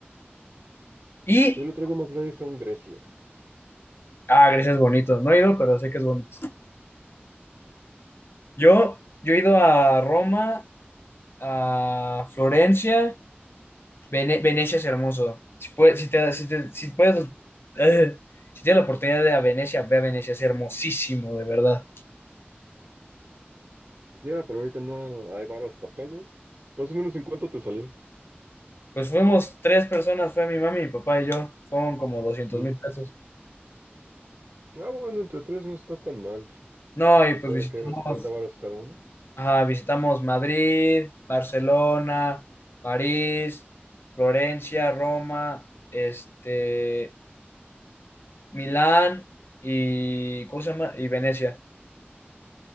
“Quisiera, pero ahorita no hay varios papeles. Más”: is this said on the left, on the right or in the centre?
Right